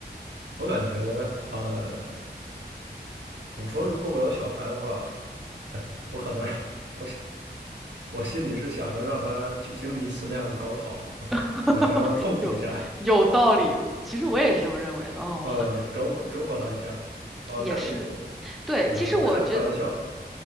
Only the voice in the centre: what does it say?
<laughs>
有有道理，其实我也是这么认为的。哦，
很
也是。
对，
其实我觉